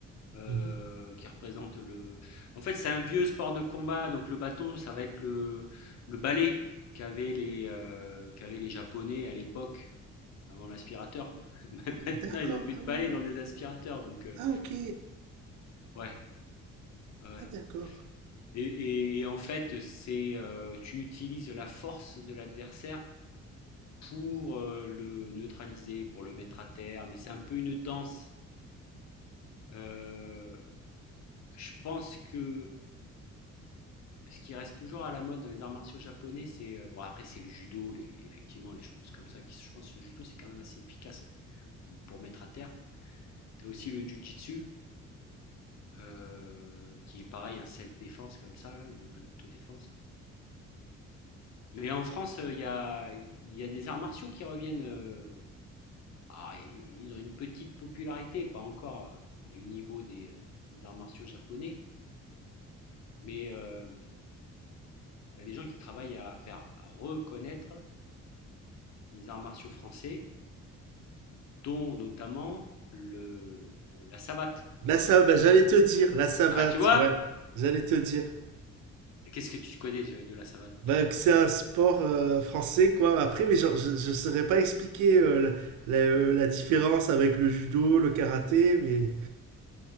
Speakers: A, on the left; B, on the right.
A: euh,
B: Mhm.
A: qui représente le. En fait, c'est un vieux sport de combat, donc le bâton, ça va être le, le balai qu'avaient les, euh, qu'avaient les Japonais à l'époque, avant l'aspirateur, quoi. <laughs> Maintenant,
B: D'accord,
A: ils n'ont plus
B: ah
A: de
B: oui.
A: balai dans des aspirateurs, donc euh,
B: Ah, ok.
A: ouais, ouais. ouais.
B: Ah, d'accord.
A: Et, et- et en fait, c'est euh, tu utilises la force de l'adversaire pour euh, le neutraliser, pour le mettre à terre, mais c'est un peu une danse. Euh, je pense que ce qui reste toujours à la mode dans les arts martiaux japonais, c'est euh, bon après c'est le judo, les, effectivement les choses comme ça. Qui, je pense que le judo c'est quand même assez efficace mm, pour mettre à terre. T'as aussi le jujitsu euh, qui est pareil un self défense comme ça là, une, un autodéfense. Mais en France il euh, y, a, y a des arts martiaux qui reviennent. euh, ah, ils ont une petite popularité, pas encore euh, du niveau des, euh, des arts martiaux japonais, mais il euh, y a des gens qui travaillent à faire reconnaître des arts martiaux français dont notamment le, la savate.
B: Là, ça, bah, j'allais te dire, la savate,
A: Ah, tu vois?
B: ouais. J'allais te dire.
A: Qu'est-ce que tu connais de la savate,
B: Bah,
A: toi?
B: que c'est un sport euh, français, quoi. Après, mais genre, je, je saurais pas expliquer euh, la, la, euh, la différence avec le judo, le karaté, mais